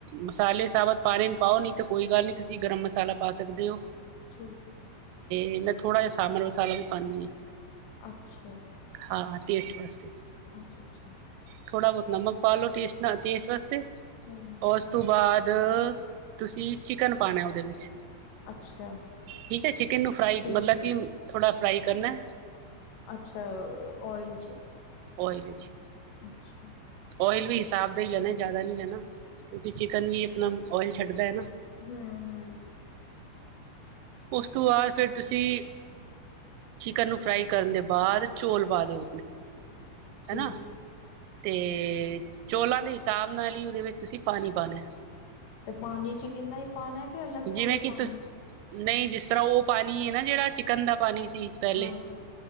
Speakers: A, on the right; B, on the left.
A: ਮਸਾਲੇ ਸਾਬਤ ਪਾੇ ਨੂੰ ਪਾਓ ਨਹੀਂ ਤੇ ਕੋਈ ਗੱਲ ਨਹੀਂ ਤੁਸੀਂ ਗਰਮ ਮਸਾਲਾ ਪਾ ਸਕਦੇ ਹੋ।
B: ਠੀਕ ਹੈ।
A: <unintelligible> ਥੋੜ੍ਹਾ ਜਿਹਾ ਸਾਂਬਰ ਮਸਾਲਾ ਵੀ ਪਾਉਂਦੀ ਹਾਂ।
B: ਅੱਛਾ।
A: ਹਾਂ, ਟੇਸਟ ਵਸਤੇ
B: ਅੱਛ ਅੱਛਾ
A: ਥੋੜ੍ਹਾ ਬੋਤ ਨਮਕ ਪਾ ਲਓ ਟੇਸਟ ਨਾਲ ਟੇਸਟ ਵਾਸਤੇ
B: ਹੂੰ।
A: ੳਸ ਤੋਂ ਬਾਅਦ ਤੁਸੀਂ ਚਿਕਨ ਪਾਣਾ ਉਹਦੇ ਵਿੱਚ
B: ਅੱਛਾ
A: ਠੀਕ ਏ ਚਿਕਨ ਨੂੰ ਫਰਾਈ
B: ਠੀਕ
A: ਮਲਬ ਕੀ ਥੋੜਾ ਫਰਾਈ ਕਰਨਾ
B: ਅੱਛ ਓਇਲ ਚ
A: ੳਇਲ ਚ
B: ਅੱਛਾ
A: ਓਇਲ ਵੀ ਹਿਸਾਬ ਦਾ ਹੀ ਲੈਨਾ ਜ਼ਿਆਦਾ ਨੀ ਲੈਨਾ ਕਿਉਂਕਿ ਚਿਕਨ ਵੀ ਅਪਨਾ ੳਇਲ ਛੱਡਦਾ ਏ ਨਾ
B: ਹੁ ਹੁ
A: ੳਸ ਤੋਂ ਬਾਅਦ ਫਿਰ ਤੁਸੀਂ ਚਿਕਨ ਨੂੰ ਫਰਾਈ ਕਰਨ ਦੇ ਬਾਅਦ ਚੌਲ ਪਾ ਦਿਓ
B: ਠੀਕ
A: ਹਨਾ
B: ਏ
A: ਤੇ ਚੋਲਾਂ ਦੇ ਹਿਸਾਬ ਨਾਲ ਹੀ ਉਹਦੇ ਵਿੱਚ ਤੁਸੀਂ ਪਾਣੀ ਪਾਉਣਾ
B: ਤੇ ਪਾਨੀ ਚ ਕਿੰਨਾ ਈ ਪਾਨਾ ਅਲੱਗ
A: ਜਿਵੇਂ
B: ਤੋਂ ਗਏ ਪਾਨੀ
A: ਕਿ ਤੁਸ ਨਹੀਂ ਜਿਸ ਤਰ੍ਹਾਂ ਉਹ ਪਾਨੀ ਏ ਨਾ ਜਿਹੜਾ ਚਿਕਨ ਦਾ ਪਾਨੀ ਸੀ ਪਹਿਲੇ
B: ਹਾਂਜੀ